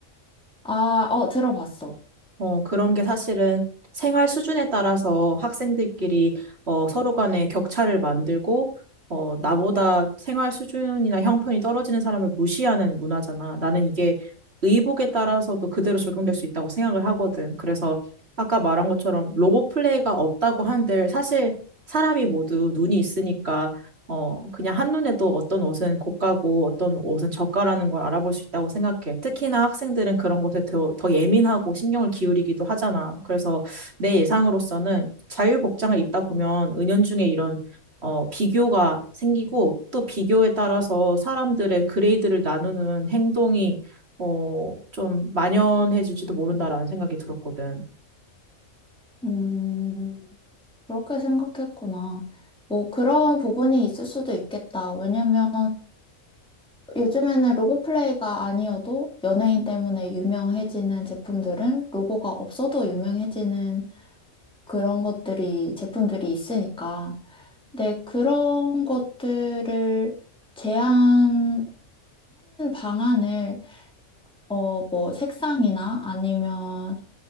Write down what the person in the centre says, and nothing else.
아, 어, 들어봤어.
음, 그렇게 생각했구나. 뭐, 그런 부분이 있을 수도 있겠다. 왜냐면 요즘에는 로고 플레이가 아니어도 연예인 때문에 유명해지는 제품들은 로고가 없어도 유명해지는 그런 것들이, 제품들이 있으니까. 네, 그런 것들을 제한하는 방안을, 어, 뭐, 색상이나 아니면